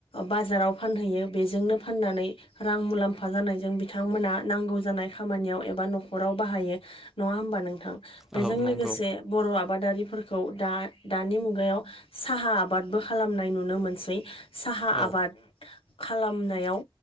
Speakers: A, on the left; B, in the centre.
A: बाजाराव फानहैयो बेजोंनो फाननानै रां मुलाम्फा जानायजों बिथांमोना नांगौ जानाय खामानियाव एबा न'खराव बाहायो नंङा होम बा नोंथां बेजों
B: औ नंगौ
A: लोगोसे बर' आ बादारि फोरखौ दा-दानि मुगायाव साहा आबादबो खालामनाय नुनो मोनसै। साहा
B: औ
A: आबाद खालामनायाव